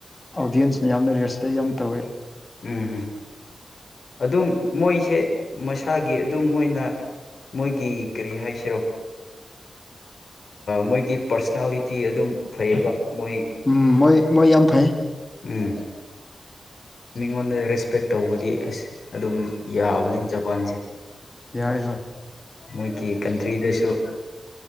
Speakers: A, on the left; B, on the left.
A: ꯑꯣꯗꯤꯌꯦꯟꯁ ꯃꯌꯥꯝꯅ ꯔꯦꯁꯄꯦꯛ ꯌꯥꯝ ꯇꯧꯋꯦ
B: ꯎꯝ ꯑꯗꯨꯝ ꯃꯣꯏꯁꯦ ꯃꯁꯥꯒꯤ ꯑꯗꯨꯝ ꯃꯣꯏꯅ ꯃꯣꯏꯒꯤ ꯀꯔꯤ ꯍꯥꯏꯁꯤꯔꯣ ꯃꯣꯏꯒꯤ ꯄꯥꯔꯁꯅꯦꯜꯂꯤꯇꯤ ꯑꯗꯨꯝ ꯐꯩꯌꯦꯕ ꯃꯣꯏ
A: ꯎꯝ ꯃꯣꯏ ꯃꯣꯏ ꯌꯥꯝ ꯐꯩ
B: ꯎꯝ ꯃꯤꯉꯣꯟꯗ ꯔꯦꯁꯄꯦꯛ ꯇꯧꯕꯗꯤ ꯑꯁ ꯑꯗꯨꯝ ꯌꯥꯕꯅꯤ ꯖꯄꯥꯟꯁꯦ
A: ꯌꯥꯏ
B: ꯃꯣꯏꯒꯤ ꯀꯟꯇ꯭ꯔꯤꯗꯁꯨ